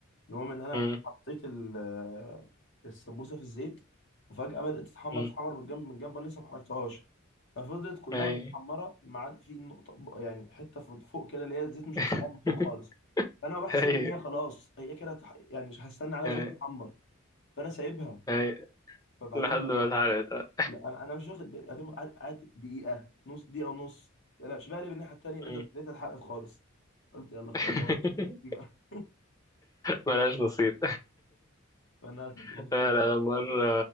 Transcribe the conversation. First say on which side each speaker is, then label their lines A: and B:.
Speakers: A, on the left; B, on the left.
A: المهم ان انا
B: مم.
A: حطيت ال- السمبوسه في الزيت وفجاه بدات تتحمر
B: مم.
A: تتحمر من الجنب من الجنب انا لسه ما حركتهاش ففضلت كلها
B: اي
A: متحمره ما عدا في نقطه يعني حته فوق فوق كده اللي هي الزيت مش
B: <laughs>
A: واصلها من فوق خالص فانا بحسب
B: اي
A: ان هي خلاص هي كده تح- يعني مش هستنى عليها
B: اي
A: شويه تتحمر فانا سايبها
B: اي
A: فبعدين
B: لحد ما اتحرقت
A: لا انا انا مش واخد بالي أدوم- قعد قعد دقيقه نص دقيقه ونص لا لا، مش بقلب الناحيه التانيه لقيتها
B: مم.
A: لقيتها اتحرقت خالص قلت يلا
B: <laughs>
A: خلاص ده مالهاش خبرتي بقى
B: ملهاش نصيب
A: <laughs> فانا تجربتي
B: لا لا أنا مرة